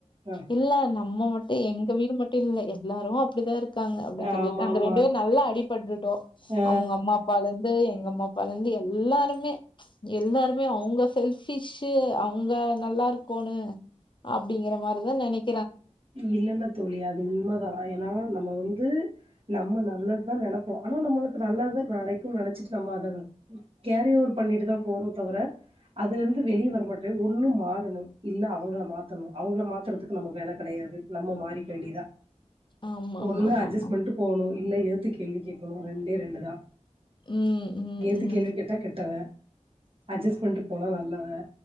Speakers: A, on the right; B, on the left.
A: ஆ
B: இல்ல நம்ம மட்டும் எங்க வீடு மட்டும் இல்ல எல்லாரு அப்டிதான் இருக்காங்க அப்படினு சொலிட்
A: ஆமா
B: நாங்க
A: ஆமா
B: ரெண்டுபேர் நல்லா அடிபட்டுட்டோ
A: ஆ
B: அவுங்க அம்மா அப்பாலருந்து எங்க அம்மாப்பாலந்து எல்லாருமே எல்லாருமே அவுங்க செல்ஃபிஷீ அவுங் அவங்க நல்லாருக்கூனுு அப்படிங்கற மாரிதான் நினைக்
A: இல்லன்னா தோழி அது உண்மதா அ எனா நம்ம வந்து நம்ம நல்ல த்தா நெனப்போ ஆனா நம்மளுக்கு நல்லது தா கெடக்குனு நினைச்சிட்டு நம்ம அத கேரே ரு <unintelligible> பண்ணிட்டு தா போறோ தவர அதுலருந்து வெளியே வர மாட்டேன் ஒண்ணு மாறணும் இல்ல அவங்ள மாத்தணும் அவங்கள மாத்துறதுக்கு நம்ம வேலக் கடையாது நம்ம மாறிக்க வேண்டிதா
B: ஆமா
A: ஒண்ணு
B: ஆமா ஆமா
A: அட்ஜஸ்
B: ஆமா
A: பண்ட்டு போவுணு இல்ல எதுத்து கேள்வி கேக்கணு ரெண்டே ரெண்டு தா
B: ம் ம்
A: எதுத்து
B: ம்
A: கேள்வி கேட்டா கெட்டவ அட்ஜஸ் பண்ட்டு போனா நல்லவ